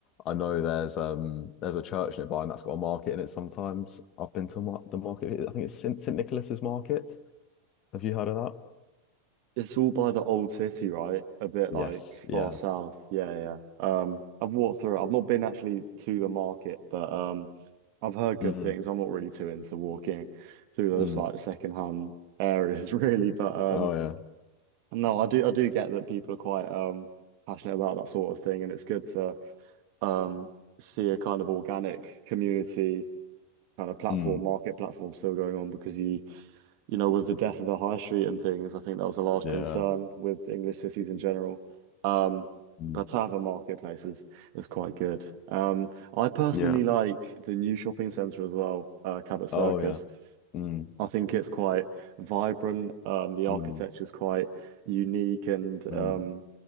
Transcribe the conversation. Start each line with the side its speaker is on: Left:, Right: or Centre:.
Left: I know there's um there's a church nearby and that's got a market in it sometimes. I've been to mar the market. I think it's St St Nicholas's Market. Have you heard of that?
Right: It's all by the old city, right? A bit
Left: Yes.
Right: like
Left: Yeah.
Right: far south. Yeah, yeah. yeah. Um, I've walked through it. I've not been actually to the market, but um, I've heard good
Left: Mm,
Right: things. I'm not really too into walking through those
Left: mm.
Right: like secondhand areas, <laughs> really. But um,
Left: Oh yeah.
Right: no, I do I do get that people are quite um passionate about that sort of thing, and it's good to um see a kind of organic community kind of platform,
Left: Mm,
Right: market platform still going on because you you know, with the death of the high street and things, I think that was a large
Left: yeah.
Right: concern with English cities in general. Um,
Left: Mm,
Right: but to have a marketplace is, is quite good. Um, I personally
Left: yeah.
Right: like the new shopping centre as well, uh, Cabot Circus.
Left: Oh yeah. Mm,
Right: I think it's quite vibrant. Um, the architecture
Left: mm,
Right: is quite unique and
Left: mm.
Right: um,